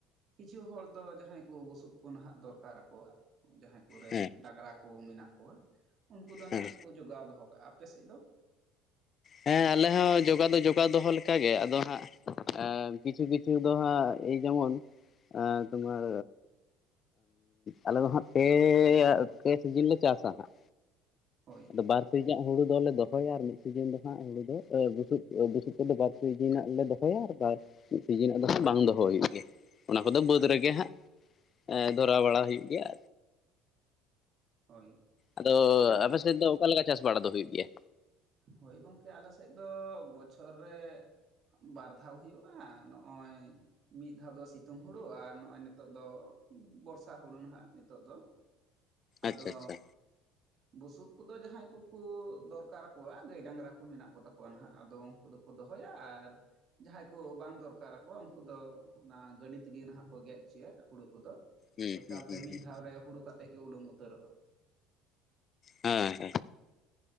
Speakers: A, on the right; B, on the left.
A: ᱠᱤᱪᱷᱩ ᱦᱚᱲ ᱫᱚ ᱡᱟᱦᱟᱸᱭ ᱠᱚ ᱵᱩᱥᱩᱵ ᱠᱚ ᱱᱟᱦᱟᱜ ᱫᱚᱨᱠᱟᱨ ᱟᱠᱚᱣᱟ ᱡᱟᱦᱟᱸᱭ ᱠᱚᱨᱮᱱ
B: ᱦᱮᱸ
A: ᱰᱟᱝᱨᱟ ᱠᱚ ᱢᱮᱱᱟᱜ ᱠᱚᱣᱟ ᱩᱱᱠᱩ ᱫᱚ
B: ᱦᱮᱸ
A: ᱱᱟᱦᱟᱜ ᱠᱚ ᱡᱚᱜᱟᱣ ᱫᱚᱦᱚ ᱠᱟᱜᱼᱟ ᱾ ᱟᱯᱮ ᱥᱮᱫ ᱫᱚ?
B: ᱦᱮᱸ ᱟᱞᱮ ᱦᱚᱸ ᱡᱚᱜᱟ ᱫᱚ ᱡᱚᱜᱟᱣ ᱫᱚᱦᱚ ᱞᱮᱠᱟ ᱜᱮ ᱟᱫᱚ ᱦᱟᱸᱜ ᱠᱤᱪᱷᱩ ᱠᱤᱪᱷᱩ ᱫᱚ ᱦᱟᱸᱜ ᱮᱭ ᱡᱮᱢᱚᱱ ᱮᱭ ᱛᱳᱢᱟᱨ ᱟᱞᱮ ᱫᱚ ᱦᱟᱸᱜ ᱯᱮ ᱯᱮ ᱥᱤᱡᱤᱱ ᱞᱮ ᱪᱟᱥᱟ ᱦᱟᱸᱜ᱾
A: ᱦᱳᱭ᱾
B: ᱟᱫᱚ ᱵᱟᱨ ᱥᱤᱧᱟᱜ ᱦᱩᱲᱩ ᱫᱚᱞᱮ ᱫᱚᱦᱚᱭᱟ ᱟᱨ ᱢᱤᱫ ᱥᱤᱡᱤᱱ ᱫᱚ ᱦᱮᱸ, ᱚᱸᱰᱮ ᱫᱚ ᱮ ᱵᱩᱥᱩᱵ, ᱵᱩᱥᱩᱵ ᱠᱚᱫᱚ ᱵᱟᱨ ᱥᱤᱡᱤᱱ ᱨᱮᱱᱟᱜ ᱞᱮ ᱫᱚᱦᱚᱭᱟ ᱟᱨ ᱵᱟᱭ ᱢᱤᱫ ᱥᱤᱡᱤᱱ ᱫᱚ ᱦᱟᱸᱜ ᱵᱟᱝ ᱫᱚᱦᱚ ᱦᱩᱭᱩᱜ ᱜᱮᱭᱟ᱾ ᱚᱱᱟ ᱠᱚᱫᱚ ᱵᱟᱹᱫᱽ
A: ᱟᱪᱪᱷᱟ
B: ᱨᱮᱜᱮ ᱦᱟᱸᱜ ᱮᱸ ᱫᱷᱚᱨᱟᱣ ᱵᱟᱲᱟ ᱦᱩᱭᱩᱜ ᱜᱮᱭᱟ᱾
A: ᱦᱳᱭ᱾
B: ᱟᱫᱚ
A: ᱛᱟᱦᱚᱞᱮ ᱜᱚᱝ
B: ᱟᱯᱮ ᱥᱮᱫ ᱫᱚ ᱚᱠᱟᱞᱮᱠᱟ ᱪᱟᱥ ᱵᱟᱲᱟ ᱫᱚ ᱦᱩᱭᱩᱜ ᱜᱮᱭᱟ?
A: ᱦᱳᱭ ᱜᱚᱝᱠᱮ ᱟᱞᱮ ᱥᱮᱫ ᱫᱚ ᱵᱚᱪᱷᱚᱨ ᱨᱮ ᱵᱟᱨ ᱫᱷᱟᱣ ᱦᱩᱭᱩᱜ-ᱟ, ᱱᱚᱜᱼᱚᱭ ᱢᱤᱫ ᱫᱷᱟᱣ ᱫᱚ ᱥᱤᱛᱩᱝ ᱦᱩᱲᱩ ᱟᱨ ᱱᱚᱜ-ᱚᱭ ᱱᱤᱛ ᱱᱤᱛᱳᱜ ᱫᱚ ᱵᱚᱨᱥᱟ ᱦᱩᱲᱩ ᱱᱟᱜ ᱱᱤᱛᱳᱜ ᱫᱚ ᱟᱫᱚ
B: ᱟᱪᱪᱷᱟ ᱟᱪᱪᱷᱟ
A: ᱵᱩᱥᱩᱵ ᱠᱚᱫᱚ ᱡᱟᱦᱟᱸᱭ ᱠᱚᱠᱚ ᱫᱚᱨ ᱠᱟᱨ ᱠᱚᱣᱟ ᱜᱟᱹᱭ ᱰᱟᱝᱨᱟ ᱠᱚ ᱢᱮᱱᱟᱜ ᱠᱚᱛᱟᱠᱚᱣᱟ ᱱᱟᱦᱟᱜ ᱟᱫᱚ ᱩᱜᱠᱩ ᱫᱚᱠᱚ ᱫᱚᱦᱚᱭᱟ ᱟᱨ ᱡᱟᱦᱟᱸᱭ ᱠᱚ ᱵᱟᱝ ᱫᱚᱨᱠᱟᱨᱟᱠᱚᱣᱟ ᱩᱝᱠᱩ ᱫᱚ ᱚᱱᱟ ᱜᱟᱹᱰᱤ ᱛᱮᱜᱮ ᱱᱟᱦᱟᱜ ᱠᱚ ᱜᱮᱫ ᱦᱚᱪᱚᱭᱟ ᱦᱩᱲᱩ ᱠᱚᱫᱚ᱾
B: ᱦᱩᱸ
A: ᱮᱠᱟᱞᱛᱮ
B: ᱦᱩᱸ ᱦᱩᱸ
A: ᱢᱤᱫ
B: ᱦᱩᱸ
A: ᱫᱷᱟᱣ ᱨᱮ ᱦᱩᱲᱩ ᱠᱟᱛᱮᱜ ᱜᱮ ᱩᱰᱩᱝ ᱩᱛᱟᱹᱨᱚᱜ-ᱟ᱾
B: ᱦᱮᱸ ᱦᱮᱸ᱾